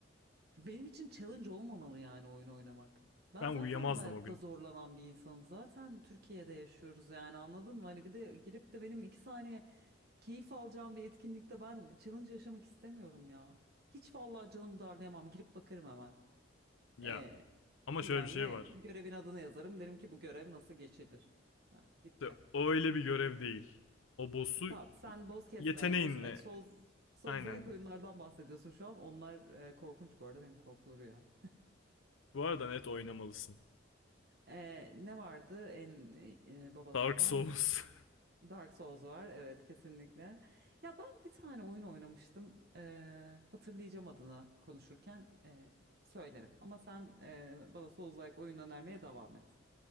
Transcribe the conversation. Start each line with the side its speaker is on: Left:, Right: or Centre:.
Right: benim için challenge olmamalı yani oyun oynamak. Ben
Left: Ben
Right: zaten
Left: uyuyamazdım
Right: hayatta
Left: o gün.
Right: zorlanan bir insanım. Zaten Türkiye'de yaşıyoruz yani anladın mı? Hani bir de girip de benim iki saniye keyif alacağım bir etkinlikte ben challenge yaşamak istemiyorum ya. Hiç vallahi canımı darlayamam. Girip bakarım hemen.
Left: Ya
Right: Ee,
Left: ama
Right: bilmem
Left: şöyle bir şey
Right: ne
Left: var.
Right: görevin adını yazarım. Derim ki bu görev nasıl geçilir. Heh, bitti.
Left: İşte o öyle bir görev değil. O boss'u
Right: Tamam sen boz kesme,
Left: yeteneğinle
Right: boz fight, Souls, Souls-like
Left: aynen
Right: oyunlardan bahsediyorsun şu an. Onlar e, korkunç bu arada benim korkulu rüyam.
Left: Bu arada net oynamalısın.
Right: E, ne vardı en e, babalardan?
Left: Dark Souls.
Right: Dark Souls var evet kesinlikle. Ya ben bir tane oyun oynamıştım. E, hatırlayacağım adını konuşurken e, söylerim. Ama sen e, bana Souls-like oyun önermeye devam et.